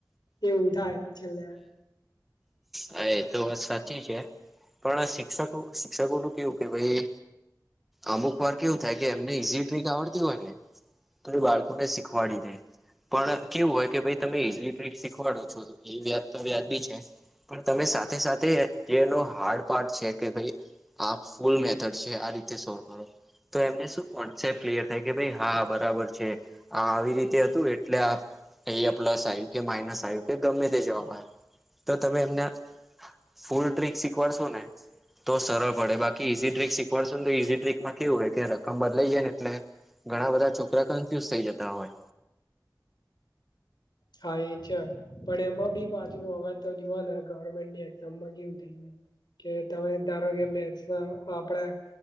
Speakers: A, on the left; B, in the centre.
A: એવું થાય છેલ્લે
B: હા, એ તો વાત સાચી છે પણ શિક્ષકો- શિક્ષકો નું કેવું કે ભઈ અમુક વાર કેવું થાય કે એમને ઈઝી ટ્રીક આવડતી હોય ને તો એ બાળકો ને શીખવાડી દે. પણ કેવું હોય કે ભાઈ તમે ઈઝલી ટ્રીક શીખવાડો છો એ વ્યાજ તો વ્યાજ બી છે. પણ તમે સાથે-સાથે જેનો હાર્ડ પાર્ટ છે કે ભઈ આ ફૂલ મેથડ છે, આ રીતે સોલ્વ કરો. તો એમને શું કોન્સેપ્ટ ક્લિયર થાય કે ભઈ હા બરાબર છે. આ આવી રીતે હતું એટલે આ એ પ્લસ આવ્યું કે માઇનસ આવ્યું કે ગમે તે જવાબ આયો તમે એમને ફૂલ ટ્રીક શીખવાડશો ને તો સરળ પડે બાકી ઈઝી ટ્રીક શીખવાડશું ન તો ઈઝી ટ્રીકમાં કેવું હોય કે રકમ બદલાઈ જાય ને એટલે ઘણા બધા છોકરા કન્ફ્યુઝ થઈ જતા હોય.
A: હા એ છે પણ એમાં બી પાછું હવાત તો જુવાના ગવર્મેન્ટની એક્ઝામ માં કેવું થઈ ગ્યું. કે તમે ધારો કે મેચ ના આપડા